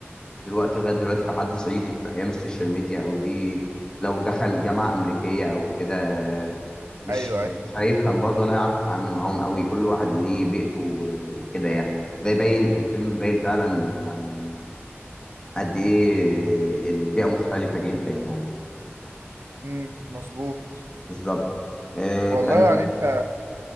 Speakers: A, on the left; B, on the right.
A: دلوقتي لغاية دلوقتي لو حد صعيدي في أيام السوشيال ميديا أو دي لو دخل جامعة أمريكية أو كده مش
B: ايوه ايوه
A: مش هيفهم برضه ولا هيعرف يتعامل معاهم قوي كل واحد وليه بيئته و- وكده يعني وده يبين الفيلم باين فعلا يعني قد ايه البيئه مختلفه جدا يعني
B: مم. مظبوط
A: بالظبط آه
B: والله
A: كان
B: يعني انت